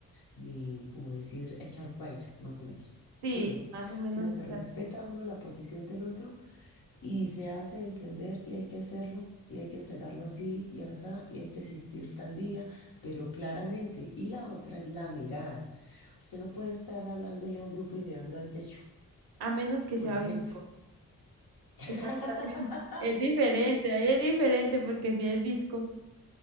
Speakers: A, on the left; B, on the right.
A: ni, como decir, echar vainas, más o menos, ¿sí
B: Sí,
A: o no?
B: más o menos
A: Sino
B: es
A: que respeta
B: así.
A: uno la posición del otro y se hace entender y hay que hacerlo y hay que entregarlo así y asá y hay que asistir tal día, pero claramente. Y la otra es la mirada. Usted no puede estar hablándole a un grupo y mirando al techo,
B: A menos que
A: por
B: sea
A: ejemplo.
B: visco.
A: <coughs>
B: ¿Qué tal? sabe? <laughs> Es diferente, ahí es diferente porque si es visco,